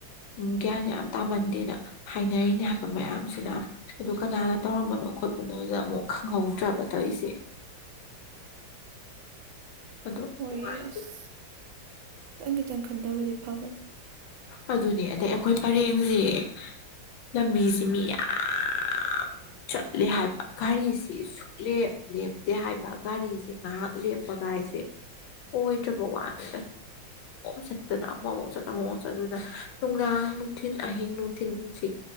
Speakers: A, on the left; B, on the right.
A: ꯎ ꯒ꯭ꯌꯥꯟ ꯌꯥꯝ ꯇꯥꯃꯟꯗꯦꯅ ꯍꯥꯏꯅꯔꯤꯅꯦ ꯍꯥꯏꯕ ꯃꯌꯥꯝꯁꯤꯗ ꯑꯗꯨ ꯀꯅꯥꯅ ꯇꯧꯔꯝꯕꯅꯣ ꯈꯣꯠꯄꯅꯣꯗ ꯑꯃꯨꯛ ꯈꯪꯍꯧꯗ꯭ꯔꯕ ꯇꯧꯔꯤꯁꯦ ꯑꯗꯣ
B: ꯍꯣꯏ
A: ꯅꯨꯡꯉꯥꯏꯇꯦ
B: ꯑꯁ ꯈꯤꯇꯪ ꯈꯤꯇꯪ ꯈꯟꯊꯕꯗꯤ ꯐꯕꯅꯦ
A: ꯑꯗꯨꯅꯦ ꯑꯗꯩ ꯑꯩꯈꯣꯏ ꯄꯔꯦꯡꯁꯦ ꯂꯝꯕꯤꯁꯤꯦ ꯃꯤ ꯌꯥꯝ ꯆꯠꯂꯦ ꯍꯥꯏꯕ ꯘꯔꯤꯁꯤꯁꯨ ꯂꯦꯞꯇꯦ ꯍꯥꯏꯕ ꯒꯥꯔꯤꯁꯦ ꯉꯥꯏꯍꯥꯛ ꯂꯦꯞꯄꯒ ꯍꯥꯏꯁꯦ ꯑꯣꯏ ꯑꯣꯏꯗ꯭ꯔꯕ ꯋꯥꯅꯤ ꯁꯤꯣ ꯅ ꯑꯃꯃꯨ ꯆꯠꯂ ꯑꯃꯃꯨꯛ ꯆꯠꯅ ꯅꯨꯡꯗꯥꯡ ꯅꯨꯡꯊꯤꯟ ꯑꯍꯤꯡ ꯅꯨꯡꯊꯤꯟꯁꯤ